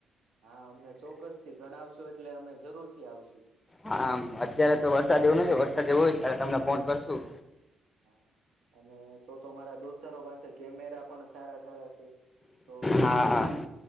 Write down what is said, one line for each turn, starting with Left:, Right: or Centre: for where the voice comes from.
Right: હા અમને ચોક્કસ થી ગણાવશો એટલે અમે જરૂર થી આવશું.
Left: હા અત્યારે તો વરસાદ એવું નથી વરસાદ જેવું હોય ત્યારે તમને ફોન કરશું.
Right: હા અને તો તો મારા દોસ્તારો પાસે કેમેરા પણ સારા. સાર તો
Left: હા હા